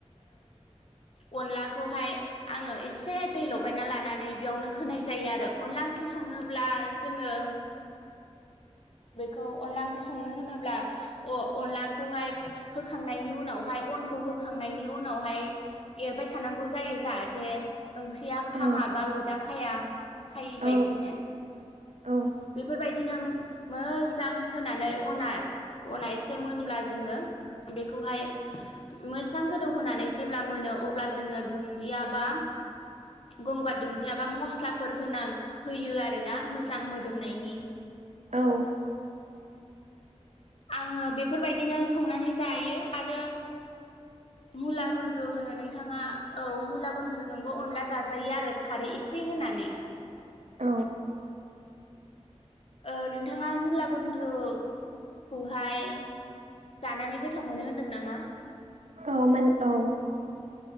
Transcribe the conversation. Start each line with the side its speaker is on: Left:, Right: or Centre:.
Left: ओ अनलाखौहाय आङो एसे दै लगायना लानानै बेयावनो होनाय जायो आरो अनला ओंख्रि संनोब्ला जोङो बेखौ अनला ओंख्रि संनो होनोब्ला अ अनलाखौहाय होखांनायनि उनावहाय अनखौ होखांनायनि उनावहाय एरबाय थानांगौ जायो जाहाथे ओंख्रिया खामा
Right: औ
Left: बा लदा खाया- खायिबायदिनो
Right: औ औ
Left: बेफोरबायदिनो मोजां होनानै अना-अना एसे मोनब्ला जोङो बेखौहाय मोजां गोदौहोनानै जेब्ला मोनो अब्ला जोङो दुन्दिया बा गंगार दुन्दिया बा मस्लाफोर होनां होयो आरोना मोजां मोदोमनायनि ।
Right: औ
Left: आङो बेफोरबायदिनो संनानै जायो आरो मुला गुन्द्रु होनो नोंथाङा औ मुला गुन्द्रुजोंबो अनला जाजायो आरो खारै एसे होनानै ।
Right: औ
Left: ओ नोंथाङा मुला गुन्द्रु खौहाय जानानै गोथाव मोनो होनदों नामा?
Right: औ मोन औ